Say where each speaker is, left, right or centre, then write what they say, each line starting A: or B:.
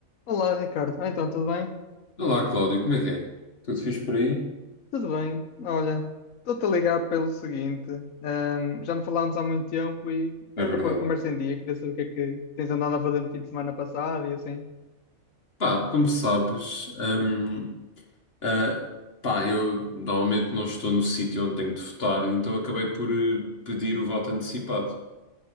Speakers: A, on the left (about 75°); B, on the left (about 45°).
A: Olá, Ricardo. Ah, Então, tudo bem?
B: Olá, Cláudio, como é que é? Tudo fixe por aí?
A: Tudo bem. Olha, estou-te a ligar pelo seguinte. ahm, já não falámos há muito tempo e era
B: É verdade.
A: para pôr a conversa em dia. Queria saber o que é que tens andado a fazer no fim de semana passado e assim.
B: Pá, como sabes, hum, ah, pá, eu normalmente não estou no sítio onde tenho de votar, então acabei por eh, pedir o voto antecipado.